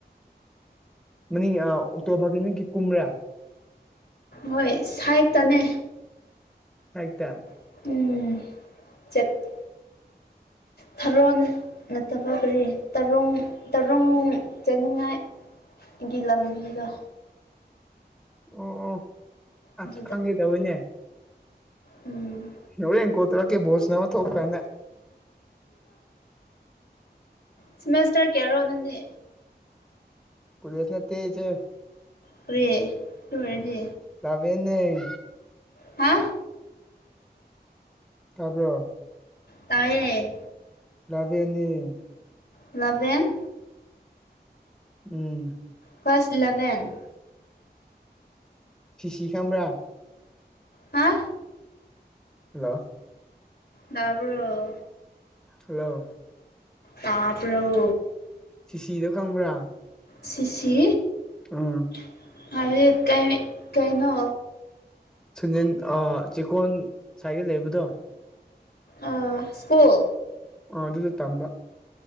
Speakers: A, in the centre; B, on the left.
A: ꯃꯅꯤꯡ ꯑꯣꯛꯇꯣ ꯄꯥꯔꯀꯤꯡꯗꯒꯤ ꯀꯨꯝꯕ꯭ꯔꯥ
B: ꯍꯣꯏ ꯁꯥꯏꯗꯇꯅꯦ
A: ꯁꯥꯏꯗꯇ
B: ꯎꯝ ꯆꯠ unintelligible ꯊꯥꯔꯣꯟ ꯅꯠꯇꯕ ꯀꯔꯤ ꯇꯥꯔꯨꯡ ꯇꯥꯔꯨꯡ ꯆꯠꯅꯤꯡꯉꯥꯏ ꯒꯤ ꯂꯝꯕꯤꯗꯣ
A: ꯑꯣ ꯑꯣ ꯑꯁ
B: ꯑꯗꯨꯗ
A: ꯈꯪꯒꯦ ꯇꯧꯋꯦꯅꯦ
B: ꯎꯝ
A: ꯍꯣꯔꯦꯟ ꯀꯣꯜꯇꯧꯔꯛ ꯀꯦ ꯕꯣꯜ ꯁꯥꯟꯅꯕ ꯊꯣꯛꯄꯀꯥꯟꯗ
B: ꯁꯦꯃꯦꯁ꯭ꯇꯔ ꯀꯌꯥꯅꯣ ꯅꯪꯗꯤ
A: ꯀꯣꯂꯦꯖ ꯅꯠꯇꯦ ꯏꯆꯦ
B: ꯀꯔꯤ ꯑꯗꯨ ꯑꯣꯏꯔꯥꯗꯤ
A: ꯏꯂꯦꯕꯦꯟ ꯅꯦ
B: ꯍꯥ
A: ꯇꯥꯕꯔꯣ
B: ꯇꯥꯏꯌꯦ
A: ꯏꯂꯦꯕꯦꯟ ꯅꯦ
B: ꯏꯂꯦꯕꯦꯟ
A: ꯎꯝ
B: ꯀ꯭ꯂꯥꯁ ꯏꯂꯦꯕꯦꯟ
A: ꯁꯤ ꯁꯤ ꯈꯪꯕ꯭ꯔꯥ
B: ꯍꯥ
A: ꯍꯂꯣ
B: ꯇꯥꯕꯔꯣ꯫
A: ꯍꯜꯂꯣ꯫
B: ꯇꯥꯕ꯭ꯔꯣ꯫
A: ꯁꯤꯁꯤꯗꯣ ꯈꯪꯕ꯭ꯔꯥ꯫
B: ꯁꯤꯁꯤ__
A: ꯑꯥ꯫
B: <unintelligible> ꯀꯩ ꯀꯩꯅꯣ꯫
A: ꯁꯟꯖꯦꯟ ꯑꯥ ꯆꯦꯀꯣꯟ ꯁꯥꯏꯗ ꯂꯩꯕꯗꯣ꯫
B: ꯑꯥ ꯁ꯭ꯀꯨꯨꯜ__
A: ꯑꯥ ꯗꯨꯗ ꯇꯝꯕ꯫